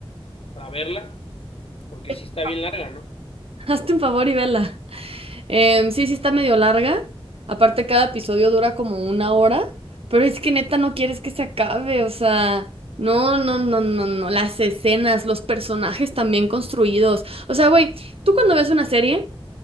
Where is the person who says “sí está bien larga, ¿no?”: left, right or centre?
Left